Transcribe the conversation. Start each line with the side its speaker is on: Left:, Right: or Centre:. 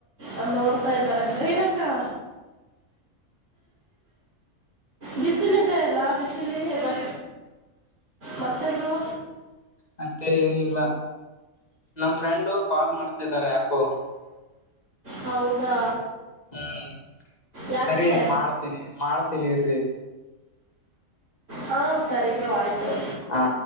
Right: ಅ ನೋಡ್ತಾ ಇದ್ದಾರೆ ರೇನಕ್ಕಾ. ಬಿಸಿಲ ಇದೆ ಎಲ್ಲಾ ಬಿಸಿಲಿ ಮ ಮತ್ತೆಬ್ರು.
Left: ಮತ್ತೆ ಏನಿಲ್ಲ ನಮ್ ಫ್ರೆಂಡು ಕಾಲ್ ಮಾಡ್ತಿದ್ದಾರೆ ಯಾಕೋ.
Right: ಹೌದಾ.
Left: ಹ್ಮ್
Right: ಯಾಕೆ
Left: ಸರಿ ಹೆಂಗ ಮಾಡ್ತೀನಿ ಮಾಡ್ತೀನಿ ಇರಿ.
Right: ಹಾ ಸರಿ ಬ್ರೋ ಆಯ್ತು.
Left: ಹಾ